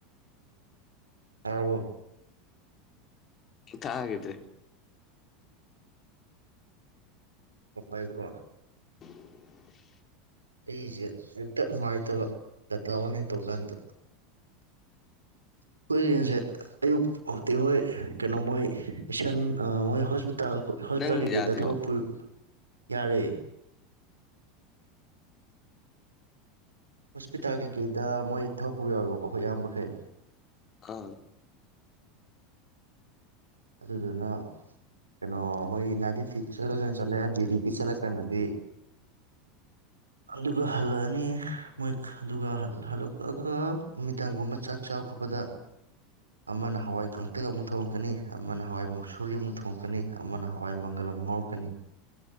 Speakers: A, on the right (about 85°); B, on the left (about 35°).
A: ꯇꯥꯔꯕꯣ
B: ꯇꯥꯒꯤꯗꯔꯦ
A: ꯄꯥꯏꯌꯨꯀꯣ
B: <inaudible>
A: ꯑꯩꯁꯦ ꯍꯦꯛꯇ ꯅꯨꯡꯉꯥꯏꯇꯕ ꯗꯇꯥ ꯑꯣꯟ ꯍꯦꯛꯛ ꯇꯧ ꯀꯥꯟꯗ ꯑꯈꯣꯏ ꯔꯦꯟꯖꯦ ꯑꯌꯨꯛ ꯍꯧꯗꯤ ꯍꯣꯏ ꯀꯩꯅꯣ ꯃꯣꯏ ꯏꯁꯟ ꯃꯣꯏ ꯍꯣꯁꯄꯤꯇꯥꯜ ꯍꯣꯁꯄꯤꯇꯥꯜ
B: ꯅꯪ
A: ꯀꯩꯀꯩꯗ
B: ꯌꯥꯗ꯭ꯔꯤ
A: ꯊꯕꯛ ꯄꯨ ꯌꯥꯔꯦ ꯍꯣꯁꯄꯤꯇꯥꯜ ꯀꯩꯀꯩꯗ ꯃꯣꯏ ꯊꯕꯛꯄꯨ ꯌꯥꯎꯋꯦꯕꯀꯣ ꯑꯩꯈꯣꯏ ꯑꯌꯥꯝꯕꯈꯩ
B: ꯑꯥ
A: ꯑꯗꯨꯗꯨꯅ ꯀꯩꯅꯣ ꯃꯣꯏ ꯅꯥꯗꯤꯤ ꯆꯠꯂꯒꯥꯟ ꯆꯠꯂꯦ ꯗꯦꯗꯤ ꯄꯤꯛ ꯆꯠꯂꯀꯥꯟꯗꯗꯤ ꯑ ꯑꯗꯨꯒ ꯍꯜꯂꯛꯑꯅꯤ ꯃꯣꯏ ꯑꯗꯨꯒ ꯍꯜꯂꯛꯑꯒ ꯅꯨꯃꯤꯗꯥꯡꯒꯨꯝꯕ ꯆꯥꯛ ꯆꯥꯕ ꯈꯣꯠꯄꯗ ꯑꯃꯅ ꯍꯋꯥꯏ ꯀꯇꯛ ꯑꯃꯨꯛ ꯊꯣꯡꯉꯛꯀꯅꯤ ꯑꯃꯅ ꯍꯋꯥꯏ ꯃꯨꯛꯁꯨꯔꯤ ꯑꯃꯨꯛ ꯊꯣꯡꯉꯛꯀꯅꯤ ꯑꯃꯅ ꯍꯋꯥꯏ ꯃꯪꯒꯜ ꯑꯃꯨꯛ ꯉꯥꯎꯔꯛꯀꯅꯤ